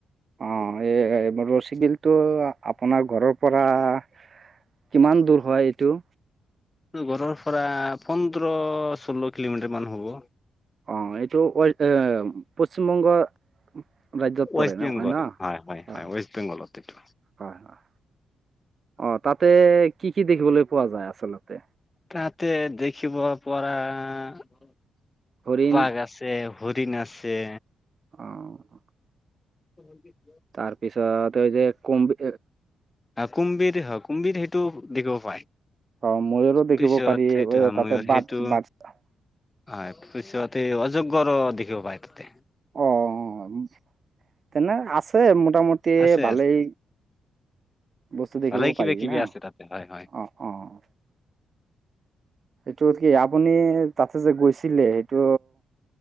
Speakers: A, on the right; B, on the left.
A: অ', এ ৰছী বিল টো আপোনাৰ ঘৰৰ পৰা কিমান দূৰ হয় এইটো?
B: ঘৰৰ পৰা পোন্ধৰ ষোল্ল কিলোমিটাৰ মান হ'ব।
A: অ, এইটো <unintelligible> পশ্চিমবংগৰ ৰাজ্যত
B: ৱেষ্ট
A: পৰে না,
B: বেংগল
A: হয় না? হয়,
B: ৱেষ্ট বেংগলত এইটো
A: হয়, হয়। অ, তাতে কি কি দেখিবলৈ পোৱা যায় আচলতে
B: তাতে দেখিব পৰা আহ
A: হৰিণ
B: বাঘ আছে, হৰিণ আছে
A: অ'
B: অ'হয় নেকি।
A: তাৰপিছত এই যে কুম্ভী
B: কুম্ভীৰ হ কুম্ভীৰ সেইটো দেখিব পায়।
A: অ' ময়ুৰো দেখিব
B: পিছত
A: পাৰি
B: সেইটো হয় ময়ুৰ
A: তাতে
B: সেইটো
A: বাঘ বাচটা
B: হয়। পিছতে অজগৰ দেখিব পায় তাতে
A: অ' অ' তেনে আছে মোটামুটি
B: আছে
A: ভালেই
B: আছে
A: বস্তু দেখিব
B: ভালে কিবা
A: পাৰি
B: কিবি
A: না
B: আছে তাতে হয় হয়
A: অ' অ' টো কি আপুনি তাতে যে গৈছিলে সেইটো